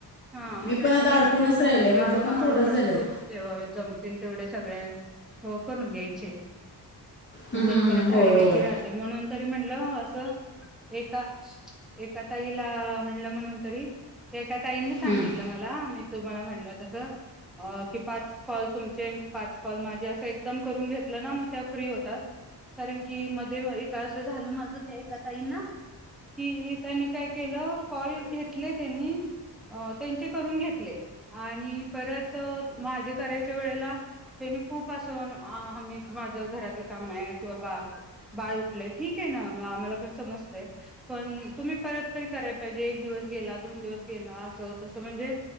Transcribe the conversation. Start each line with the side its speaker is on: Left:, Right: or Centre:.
Centre: हा मग
Left: मी पण
Centre: त्याच्यापेक्षा
Left: आता अडकूनच
Centre: जेवढ
Left: राहिले
Centre: होतय
Left: माझं
Centre: तेवढ
Left: पण
Centre: हळूहळू
Left: थोडंच झालेत
Centre: करू. जव्हा जमतील तेवढे सगळे हो करून घ्यायचे.
Left: हम्म,
Centre: उगाज
Left: हम्म, हम्म.
Centre: परत
Left: होय
Centre: राहिले
Left: होय
Centre: की राहते. म्हणून तरी म्हणल अस एका एका ताईला म्हणल म्हणून तरी ते एका ताईने सांगितल
Left: हम्म.
Centre: मला, मी तुम्हाला म्हटल तस. अ की पाच कॉल तुमचे पाच कॉल माझे. अस एकदम करून घेतल ना मग त्या फ्री होतात. कारण की मध्ये एक अस झाल माझ ते एका ताईंना. कि त्यांनी काय केल कॉल घेतले त्यांनी. अ त्यांचे करून घेतले. आणि परत माझे करायच्या वेळेला त्यानी खूप अस माझ घरातल काम आहे. किंवा बा बाळ उठलेय. ठीक आहे ना म आम्हाला पण समजतय. पण तुम्ही परत तरी करायला पाहिजे. एक दिवस गेला. दोन दिवस गेला. अस तस म्हणजे